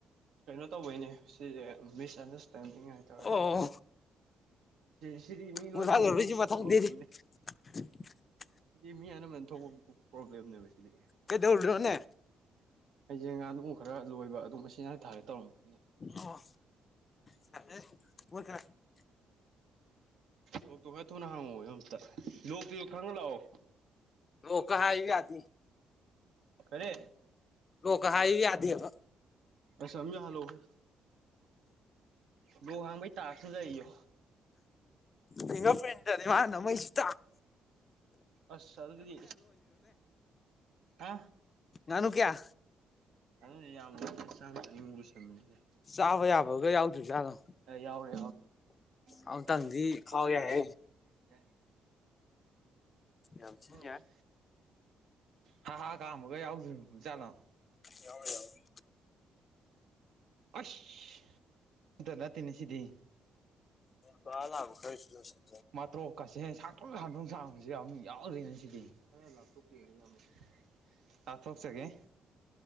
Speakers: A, on the right; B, on the left.
A: ꯀꯩꯅꯣ ꯇꯧꯕꯩꯅꯦ ꯁꯤꯁꯦ ꯃꯤꯁꯑꯟꯗ꯭ꯔꯁꯇꯦꯟꯗꯤꯡ ꯍꯥꯏ ꯇꯧꯔꯛꯏꯕ
B: ꯑꯣ
A: ꯁꯤ ꯁꯤꯗꯤ ꯃꯤ ꯂꯣꯏ
B: ꯃꯨꯠꯍꯜꯂꯔꯣꯏꯁꯤ
A: ꯊꯣꯛꯄ
B: ꯃꯊꯪꯗꯩꯗꯤ
A: ꯄꯔ꯭ꯣꯕꯂꯦꯝꯅꯤ
B: <inaudible>
A: ꯁꯤꯗꯤ ꯃꯤ ꯑꯅꯃꯕꯅ ꯊꯣꯛꯄ ꯄ꯭ꯔꯣꯕ꯭ꯂꯦꯝꯅꯦꯕ ꯁꯤꯗꯤ
B: ꯀꯩꯗꯧꯔꯤꯅꯣꯅꯦ
A: ꯑꯩꯁꯦ ꯉꯥꯅꯨ ꯈꯔ ꯂꯣꯏꯕ ꯑꯗꯨ ꯃꯆꯤꯟꯖꯥꯛ ꯊꯥꯒꯦ ꯇꯧꯔꯝꯃꯤ
B: ꯑꯣ ꯐꯖꯩ <unintelligible>
A: ꯂꯣꯛꯇꯨ ꯈꯔ ꯊꯨꯅ ꯍꯥꯡꯉꯛꯑꯣ ꯑꯝꯇ ꯂꯣꯛꯇꯨ ꯈꯪꯉ ꯂꯥꯛꯑꯣ
B: ꯂꯣꯛꯀꯥ ꯍꯥꯏꯌꯨ ꯌꯥꯗꯦ
A: ꯀꯔꯤ
B: ꯂꯣꯛꯀ ꯍꯥꯏꯌꯨ ꯌꯥꯗꯦꯕ
A: ꯑꯁ ꯑꯝ ꯌꯥꯍꯜꯂꯣ ꯍꯣꯏ ꯂꯣꯛ ꯍꯥꯡꯕꯒꯤ ꯇꯥꯛꯁꯁꯨ ꯂꯩ ꯌꯨ
B: ꯐꯤꯡꯒ꯭ꯔ ꯄꯔꯤꯟꯇꯅꯦ ꯃꯥꯅ ꯅꯝꯃꯛ ꯏꯁꯤꯁꯨ ꯇꯥꯗꯦ
A: ꯑꯁ ꯑꯗꯨꯗꯤ ꯑ
B: ꯉꯥꯅꯨ ꯀꯌꯥ
A: ꯉꯥꯅꯨꯁꯤ ꯌꯥꯝꯅ ꯆꯥꯝꯃ ꯆꯅꯤꯃꯨꯛ ꯂꯣꯏꯁꯤꯟ ꯌꯥꯎꯔꯦ
B: ꯆꯥꯕ ꯌꯥꯕꯒ ꯌꯥꯎꯗ꯭ꯔꯤꯖꯥꯠꯂꯣ
A: ꯌꯥꯎꯔꯦ ꯑꯃꯇꯡꯗꯤ
B: ꯑꯃꯨꯛꯇꯪꯗꯤ
A: ꯈꯥꯎ ꯌꯥ
B: ꯌꯥꯏꯍꯦ
A: ꯍꯦ ꯌꯥꯏ
B: ꯌꯥꯝ ꯊꯤꯟ
A: ꯌꯥꯏ ꯍꯥꯥ ꯍꯥ ꯀꯥꯝꯕꯒ ꯌꯥꯎꯗ꯭ꯔꯤꯕ ꯖꯥꯠꯂꯣ
B: ꯌꯥꯎꯔꯣꯏ ꯌꯥꯎꯔꯣꯏ
A: ꯑꯁ ꯑꯃꯇ ꯅꯠꯇꯦꯅꯦ ꯁꯤꯗꯤ
B: ꯀꯪꯉꯥ ꯂꯥꯕ ꯈꯔꯁꯨ ꯂꯣꯎꯁꯟ
A: ꯃꯥꯇ꯭ꯔꯣꯛꯀꯁꯦ ꯁꯥꯡꯇꯣꯛ ꯁꯥꯡꯇꯣꯛ ꯁꯥꯡꯕꯁꯨ ꯌꯥꯝ ꯌꯥꯎꯔꯤꯅ ꯁꯤꯗꯤ ꯈ꯭ꯔ ꯂꯥꯞꯊꯣꯛꯄꯤꯌꯨꯅꯦ ꯏꯌꯥꯝꯕ ꯂꯥꯞꯊꯣꯛꯆꯒꯦ